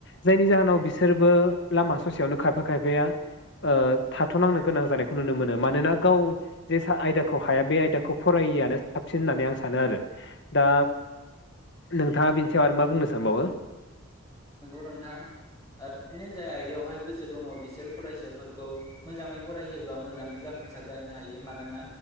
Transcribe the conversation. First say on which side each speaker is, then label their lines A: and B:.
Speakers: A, on the left; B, on the left.
A: जायनि जाहोनाव बिसोरबो लामा ससेयावनो खायफा खायफाया ओ थाथनांनो गोनां जानायखौ नुनो मोनो मानोना गाव जे आयदाखौ हाया बे आयदाखौ फरायैआनो साबसिन होननानै आं सानो आरो दा नोंथाङा बेनि सायाव आरो मा बुंनो सानबावो
B: नंगौ नोंथां बिदिनो जाय आयदायावहाय गोसो दङ बिसोर फरायसाफोरखौ मोजाङै फरायहोयोबा मोजाङै जाफुंसार जाहैनो हायो मानोना